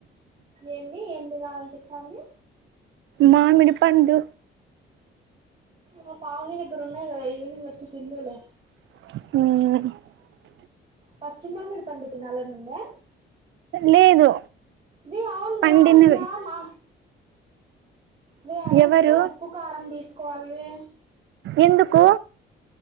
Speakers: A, on the right; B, on the right.
A: ఏంది ఏం తినాలనిపిస్తుంది
B: మామిడి పండు
A: మా పావని దగ్గర ఉన్నాయి కదా ఈవినింగ్ వచ్చి తిందువులే
B: ఉ
A: పచ్చి మామిడిపండు తినాలని ఉందా
B: లేదు
A: వే అవునువే
B: పండినవి
A: ఆ పిల్ల మా వే అవునువే
B: ఎవరు
A: ఉప్పు కారం తీసుకోవాలవే
B: ఎందుకు